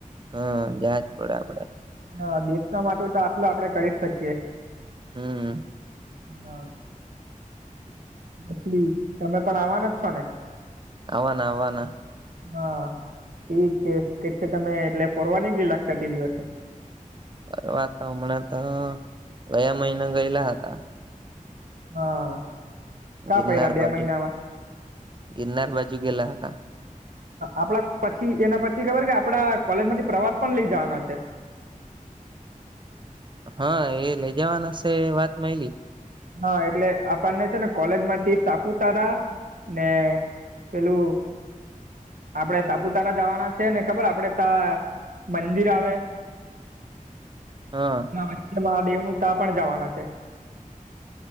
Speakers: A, on the right; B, on the right.
A: હા જાવાજ પડે આપડે
B: હા દેશના માટે તો આટલું આપડે કરી જ શકીએ.
A: હમ
B: હા માછલી તમે પણ આવવાના જ છો ને
A: આવના આવના
B: હા એજ કે કે છે તમે એટલે ફરવાની ગેલા તે દિવસે
A: ફરવા તો હમણાં તો ગયા મહિના ગયેલા હતા
B: હા કા
A: ગિરનાર
B: ફર્યા બે
A: બાજુ
B: મહિનામાં
A: ગિરનાર બાજુ ગેલા હતા
B: આપડા પછી એના પછી ખબર કે આપડા કોલેજ માંથી પ્રવાસ પણ લઈ જવાના છે.
A: હા એ લઈ જવાના શે અ એ વાત મયલી
B: હા એટલે આપણને છે ને કોલેજ માંથી સાપુતારા ને? હેલો. આપડે સાપુતારા જવાના છે ને ખબર આપડે ત્યા મંદિર આવે.
A: હા.
B: વચ્ચે મહાદેવ નું ત્યાં પણ જવાના છે.